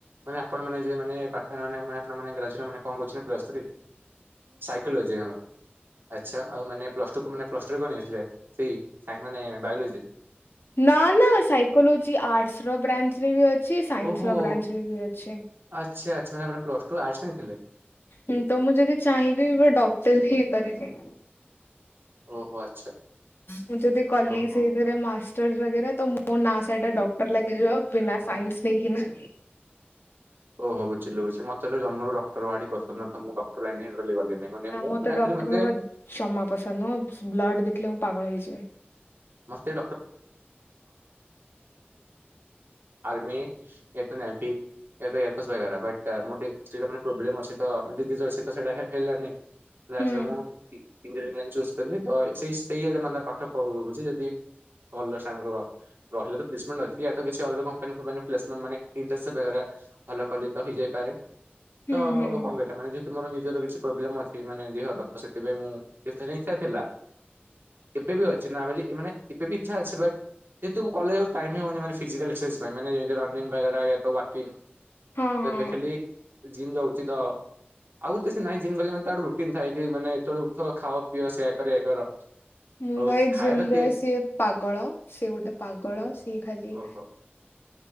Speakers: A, on the right; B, on the left.
A: ମାନେ ଆପଣ ମାନେ ମାନେ ପାଠୋନେପ ମାନ ଗ୍ରାଜୁଏସନ ମାନେ କଣ କହୁଛନ୍ତି ପ୍ଲସ ତ୍ରୀ। ସାଇକୋଲୋଜି ହଁ ଆ ଆଛା ଆଉ ମାନେ ପ୍ଲସ୍‌ ଟୁୁ ମାନେ ପ୍ଲସ୍ ଟୁ ରେ କଣ ନେଇଥିଲେ ସେଇ ମାନେ ବାୟୋଲୋଜି।
B: ନା ନା ସାଇକୋଲୋଜି ଆର୍ଟସର ବ୍ରାଞ୍ଚରେ ବି ଅଛି ସାଇନ୍ସର
A: ଓହୋ
B: ବ୍ରାଞ୍ଚରେ ବି ଅଛି।
A: ଆଚ୍ଛା ଆଚ୍ଛା ଆପଣ ପ୍ଲସ୍‌ ଟୁ ଆଟର୍ସ ନେଇଥିଲେ।
B: ହୁଁ ତ ମୁଁ ଯଦି ଚାହିଁବି ଡକ୍ଟର ବି ହେଇପାରିବି।
A: ଓହୋ ଆଚ୍ଛା
B: ମୁଁ ଯଦି କଲି
A: ଓହୋ।
B: ସେଇଥିରେ ମା <unintelligible> ତ ମୋ ନା ସାଇଟରେ ଡକ୍ଟର ଲାଗିଯିବ ବିନା ସାଇନ୍ସ ନେଇକି ନା।
A: ଓହୋ ବୁଝିଲୁ ଚି ମତେ ତ ଜନ୍ମରୁ ଡକ୍ଟର ବାଡି ପସନ୍ଦ ନୁହଁ ତ ମୁଁ ଡକ୍ଟର ଲାଇନରେ ଗଲି। ନାଇଁ ମାନେ
B: ନା
A: ମୁଁ
B: ମତେ
A: ଏକ୍ଟୁଆଲି
B: ଡକ୍ଟର
A: ମତେ
B: ହବା ଜମା ପସନ୍ଦ ନୁହଁ ବ୍ଲଡ଼ ଦେଖିଲେ ମୁଁ ପାଗଳ ହେଇଯିବି।
A: <unintelligible> ମାନେ ଆର୍ମି। କେହିତ ନାହାଁନ୍ତି। <unintelligible> ମୁଁ ମାନେ ହିଷ୍ଟୋରୀ ଟିକେ ପ୍ରୋବ୍ଲେମ ଅଛିତ <unintelligible> ତ ସେଟା ହେଲାନି। ଲାଷ୍ଟ
B: ହୁଁ
A: ରେ ମୁଁ ଇଞ୍ଜିନୟର ଲାଇନ୍ ଚୁଜ୍‌ ତ ସେଇ ସେଇଆଡେ ମାନେ ପାଠ ପଢୁଛି। ତ ଯଦି ଭଲସାଙ୍ଗ। ରହିଲ ତ ପ୍ଲେସମେଣ୍ଟ ଅଛି ୟା ତ କିଛି ଅଲଗା କମ୍ପାନୀ ଫମ୍ପାନୀ ପ୍ଲେସ ପେଣ୍ଟ ମାନେ ଇନ୍‌ଦେଶୀ ବେହେରା। ଭଲ କଲି ତ ହେଇଯାଇପାରେ
B: ହୁଁ
A: ତ
B: ହୁଁ
A: କଣ ପାଇଁ ଏଟା ମାନେ ଯେ ମୋର ନିଜର କିଛି ପ୍ରୋବ୍ଲେମ ଅଛି ମାନେ ଦେହର ତ ସେଥିପାଇଁ ମୁଁ କିଛି ଦିନି ଇଛା ଥିଲା। ଏବେ ବି ଅଛି ନମାଲି ମାନେ ଏବେ ବି ଇଚ୍ଛା ଅଛି ବଟ ଯେହେତୁ ମୁଁ କଲେଜ ଯାଉଛି ଟାଇମ୍ ହୋଉନି ଫିଜିକାଲ ଏକ୍ସରସାଇଜ ପାଇଁ ମାନେ ରନିଂ ବଗେରା ସବୁ ୱର୍କିଙ୍ଗ।
B: ହଁ
A: ତ
B: ହଁ।
A: ଏବେ ଖାଲି ଜିମ୍ ଯାଉଚି ତ। ଆଉ ତ ସେ ନାହିଁ ଜିମ୍ ଗଲେ ମାନେ ରୁଟିନ୍ ଥାଏ କି ମାନେ ଏତେବେଳେ ଉଠ ଖାଅ ପିଅ ସେୟା କର ଏୟା କର।
B: ମୁଁ
A: ହଉ
B: ଭାଇ
A: ଖାଇବା
B: ଜିମ୍
A: ତ କିଏ
B: ଯାଏ ସିଏ ପାଗଳ ସିଏ ଗୋଟେ ପାଗଳ। ସିଏ ଖାଲି
A: ଓହୋ